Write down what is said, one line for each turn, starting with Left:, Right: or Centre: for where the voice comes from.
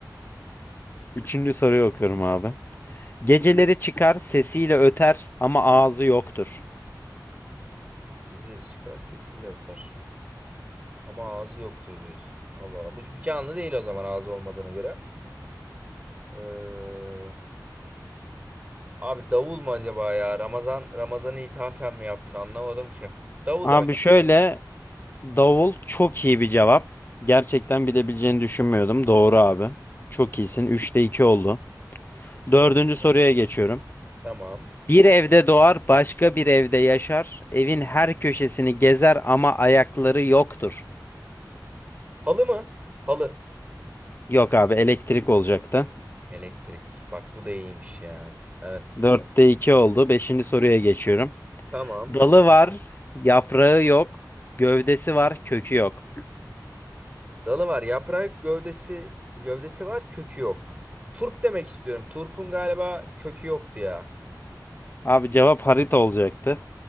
Left: Üçüncü soruyu okuyorum abi. Geceleri çıkar, sesiyle öter ama ağzı yoktur.
Right: Geceleri çıkar sesiyle öter. Ama ağzı yoktu diyorsun. Allah Allah. Bu bir canlı değil o zaman ağzı olmadığına göre. Ee, Abi davul mu acaba ya? Ramazan Ramazan'ı ithafen mi yaptın? Anlamadım ki. Davul
Left: Abi
Right: demek.
Left: şöyle
Right: istiyorum.
Left: davul çok iyi bir cevap. Gerçekten bilebileceğini düşünmüyordum. Doğru abi. Çok iyisin. Üçte 2 oldu. Dördüncü
Right: Tamam.
Left: soruya geçiyorum.
Right: Tamam.
Left: Bir evde doğar, başka bir evde yaşar. Evin her köşesini gezer ama ayakları yoktur.
Right: Halı mı? Halı.
Left: Yok abi elektrik olacaktı.
Right: Elektrik. Bak bu da iyiymiş ya. Evet.
Left: Dörtte 2 oldu. Beşinci soruya geçiyorum.
Right: Tamam.
Left: Dalı
Right: Geç.
Left: var, yaprağı yok. Gövdesi var, kökü yok.
Right: Dalı var. Yaprağı yok, gövdesi gövdesi var. Kökü yok. Turp demek istiyorum. Turp'un galiba kökü yoktu ya.
Left: Abi cevap harita olacaktı.